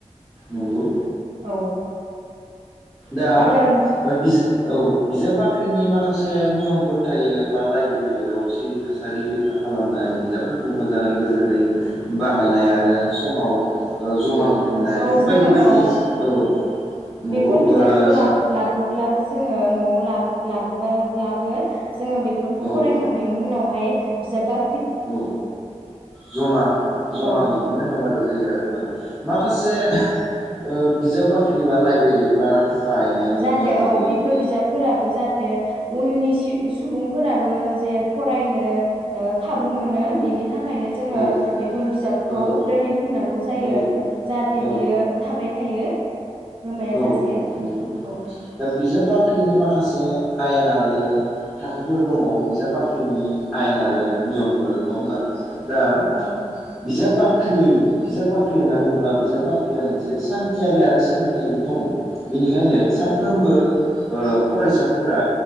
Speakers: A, in the centre; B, on the right (about 45°).
A: नंगौ
B: औ
A: दा
B: आरो
A: ओ बिजा औ बिजाब बाख्रिनि माखासे नियमफोर थायो बा लाइब्रेरियाव सिरि थासारि रैखा खालामनाय बिजाबफोरखौ मोजाङै गोजोनै बाहायनाय आरो समाव ओ जमा होफै फिननाय
B: औ
A: बेफोर
B: जोङो
A: बायदि बायदि
B: औ
A: औ नंगौ
B: बेफोर बिजाबखौ
A: ओ
B: लाबो- लाबोब्लाबो जोङो नआव लाबो लाबोबाब्लाबो जोङो बेफोरखौ
A: औ
B: फरायखांनायनि उनाव हाय बिजाब बा।
A: औ जमा जमा
B: औ
A: हैफिननांगौ आरो जायो आरो औ माखासे ओ बिजाब बाख्रि बा लाइब्रेरि कार्ड बाहायनायनि
B: जाहाथे
A: नियम
B: औ
A: थायो
B: बेफोर बिजाबफोराबो जाहाथे उननि सि-सुबुंफोराबो जे फरायनो ओ खाबु मोनो
A: औ
B: बिनि थाखायनो जोङो
A: औ
B: बेफोर बिजाबखौ
A: औ
B: दोनहैफिननांगौ जायो
A: औ
B: जाहाथे
A: औ
B: बियो थाबाय थायो गोमाया
A: औ
B: जासे
A: नंगौ दा
B: औ
A: बिजाब बिजाब बाख्रिनि माखासे आयेन आरो थाखोफोर दङ बिजाब बाख्रिनि आयेन आरो नियमफोर नङा होमब्ला दा
B: औ
A: बिजाबाख्रि बाख्रि बिजाब बाख्रि होनना बुङोब्ला बिजाब बाख्रिया मोनसे सान्थियारि आरो सोलोंथाइनि थावनि बेनिखायनो साफ्रोमबो ओ फरायसाफोरा